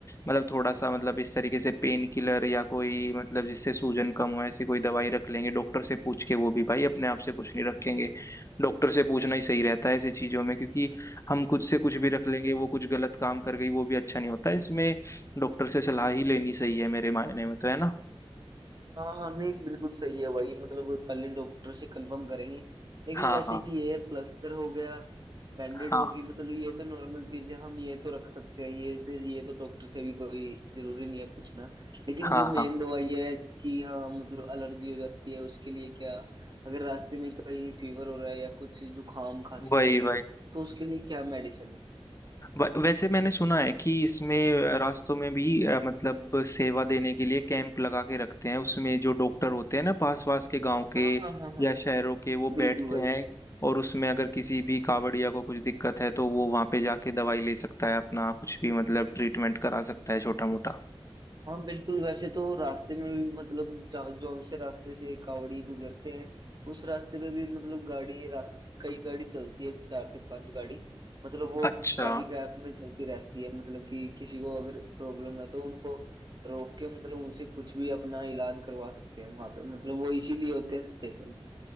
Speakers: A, on the left (about 30°); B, on the right (about 45°).
A: मतलब थोड़ा सा मतलब इस तरीके से पेन किलर या कोई मतलब जिससे सूजन कम हो ऐसी कोई दवाई रख लेंगे डॉक्टर से पूछ के वो भी भाई अपने आप से कुछ नहीं रखेंगे डॉक्टर से पूछना ही सही रहता है ऐसी चीजों में क्योंकि हम खुद से कुछ भी रख लेंगे वो कुछ गलत काम कर गई वो भी अच्छा नहीं होता इसमें डॉक्टर से सलाह ही लेनी सही है मेरे मायने में तो है ना
B: हाँ हाँ नहीं बिल्कुल सही है भाई मतलब पहले डॉक्टर से कंफर्म करेंगे लेकिन
A: हाँ
B: वैसे
A: हाँ
B: ही ये प्लास्टर हो गया बैंडेड
A: हाँ
B: होगी मतलब ये तो नॉर्मल चीज है हम ये तो रख सकते हैं ये से ये तो डॉक्टर से भी कोई जरूरी नहीं है पूछना लेकिन
A: हाँ
B: जो मेन
A: हाँ
B: दवाई है कि हाँ मतलब एलर्जी हो जाती है उसके लिए क्या अगर रास्ते में कहीं फीवर हो रहा है या कुछ जुकाम खांसी
A: वही
B: हो रही
A: वही
B: है तो उसके लिए क्या मेडिसिन है
A: व- वैसे मैंने सुना है कि इसमें रास्तों में भी अ, मतलब सेवा देने के लिए कैंप लगा के रखते हैं उसमें जो डॉक्टर होते हैं ना पास पास के गांव के
B: हाँ हाँ हाँ हाँ
A: या शहरों के वो
B: बिल्कुल
A: बैठते
B: भाई
A: हैं और उसमें अगर किसी भी कावड़िया को कुछ दिक्कत है तो वो वहां पे जाके दवाई ले सकता है अपना कुछ भी मतलब ट्रीटमेंट करा सकता है छोटा मोटा
B: हाँ बिल्कुल वैसे तो रास्ते में भी मतलब जा- जौन से रास्ते से कावड़ी गुजरते हैं उस रास्ते पे भी मतलब गाड़ी रास्ते कई गाड़ी चलती है चार से पांच गाड़ी मतलब वो
A: अच्छा
B: काफी गैप में चलती रहती है मतलब कि किसी को अगर प्रॉब्लम है तो उनको रोक के मतलब उनसे कुछ भी अपना इलाज करवा सकते हैं वहां पे मतलब वो इसीलिए होते हैं स्पेशल